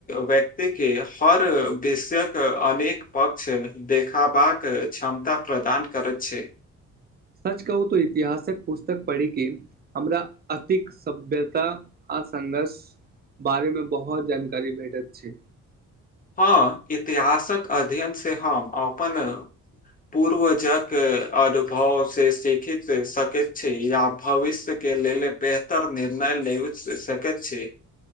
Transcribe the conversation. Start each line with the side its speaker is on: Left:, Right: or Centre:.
Left: व्यक्ति के हर विषयके अनेक पक्ष देखाबाक क्षमता प्रदान करत छै।
Right: सच कहू तो इतिहासक पुस्तक पढ़ि के हमरा अतिक सभ्यता आ संघर्ष बारे मे बहोत जानकारी भेटैत छै।
Left: हाँ इतिहासक अध्ययन से हम अपन पूर्वजक अनुभव से सीखित सकैत छी या भविष्य के लेल बेहतर निर्णय लेबैत स सकैत छी।